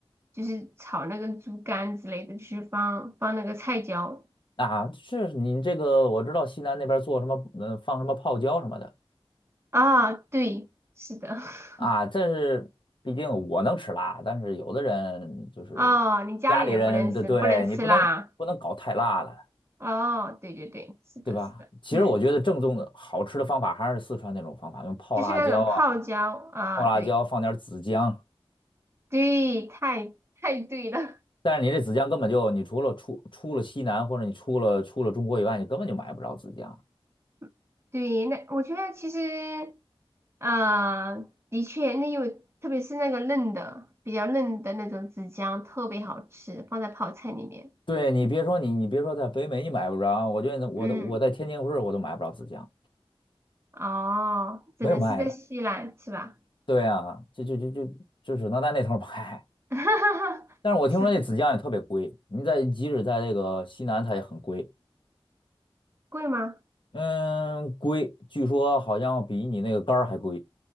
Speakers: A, on the right; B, on the left.
A: 就是炒那个猪肝之类的，就是放放那个菜椒。
B: 啊。是你这个我知道西南那边做什么，嗯、放什么泡椒什么的
A: 啊，对，是的。<laughs>
B: 啊。这是毕竟我能吃辣，但是有的人就是家里人的，
A: 哦，你家里人不能吃，
B: 对你不能不能搞太辣了，
A: 不能吃啦。哦，对对对，是的，
B: 对吧？
A: 是的，
B: 其实我觉得正宗的好吃的方法还是四川那种方法，
A: 嗯，
B: 用泡辣椒啊，
A: 就是那种泡椒啊，
B: 泡辣椒放点儿子姜
A: 对对，太太对了，
B: 但是你这紫姜根本就，你除了出出了西南或者你出了出了中国以外，你根本就买不着紫姜。
A: <laughs> 对，那我觉得其实，啊，的确，那有，特别是那个嫩的，比较嫩的那种子姜特别好吃，放在泡菜里面，
B: 对你别说你你别说在北美你买不着，我觉得我的我在天津市我都买不着紫姜，
A: 嗯，哦，
B: 没有卖的。
A: 只能是在西兰是吧？
B: 对啊，就就就就就只能在那头儿买。
A: <laughs>
B: 但是我听说那紫姜也特别贵，
A: 是的，
B: 你在即使在这个西南它也很贵，
A: 贵吗？
B: 嗯，贵，据说好像比你那个肝儿还贵。